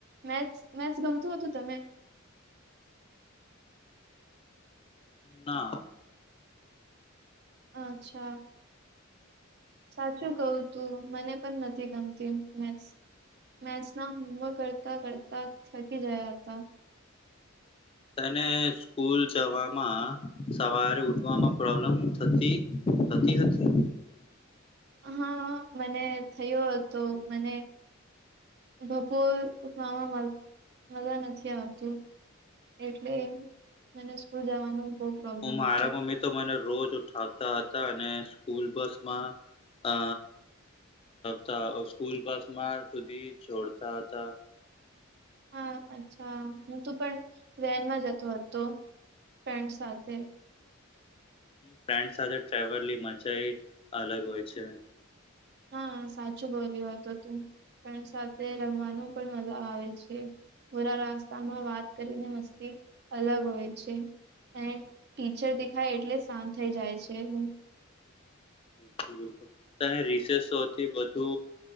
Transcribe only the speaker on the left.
ના
અનેને સ્કૂલ જવામાં સવારે ઉઠવામાં પ્રોબ્લમ થતી સતીતી
હું મારા
મમ્મી તો મને રોજ ઉઠાવતા હતા અને સ્કૂલ બસમાં અ તા સ્કૂલ બસ માં સુધી છોડતા હતા
ફ્રેન્ડ સાથે ટ્રાવલની મજા એ અલગ હોય છે
બિલકુલ બિલકુલ તને રીસે સોથી વધુ